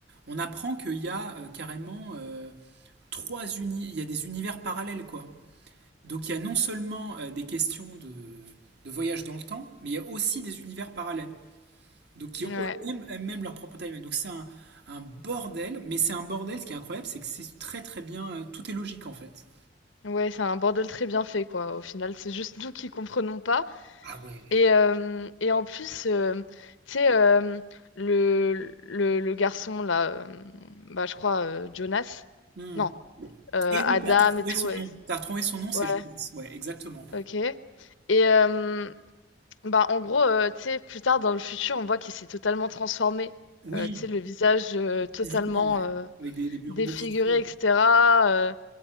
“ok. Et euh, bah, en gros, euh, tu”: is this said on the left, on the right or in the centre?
Left